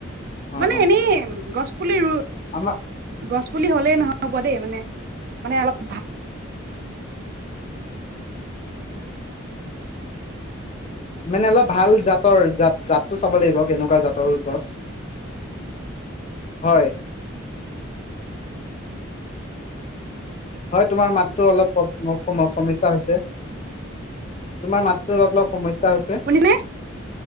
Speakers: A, on the left; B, on the right.
A: অ
B: মানে
A: অ
B: এনেই, গছ। কুলিৰো।
A: আমাৰ
B: গছ। তুলি হ'লেই নহয় হ'ব দেই। মানে, মানে অলপ ভাল।
A: মানে অলপ ভাল জাতৰ, জাত জাতটো চাব লাগিব কেনেকুৱা জাতৰ গছ। হয়। হয়, তোমাৰ মাততো অলপ সম সমস্যা হৈছে। তোমাৰ মাতটো অলপ অলপ - সমস্যা হৈছে?
B: শুনিছেনে